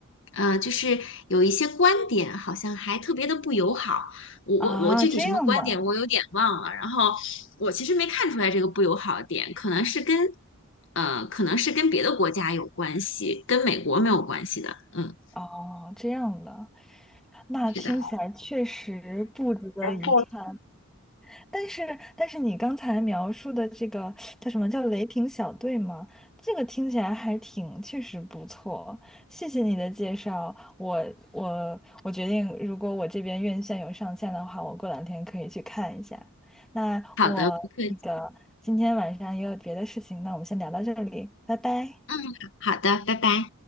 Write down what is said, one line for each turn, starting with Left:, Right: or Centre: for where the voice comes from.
Left: 呃，就是有一些观点好像还特别的不友好。我我我具体什么观点我有点忘了。
Centre: 啊，这样的，
Left: 然后我其实没看出来这个不友好的点，可能是跟呃，可能是跟别的国家有关系，跟美国没有关系的。嗯，
Centre: 哦，这样的，那听起来确实不值得一看。
Left: 是的。不，
Centre: 但是，但是你刚才描述的这个叫什么叫雷霆小队吗？这个听起来还挺，确实不错。谢谢你的介绍，我我我决定，如果我这边院线有上线的话，我过两天可以去看一下。那我那个今天晚上也有别的事情，
Left: 好的，不客气。
Centre: 那我们先聊到这里，拜拜。
Left: 嗯，好好的，拜拜。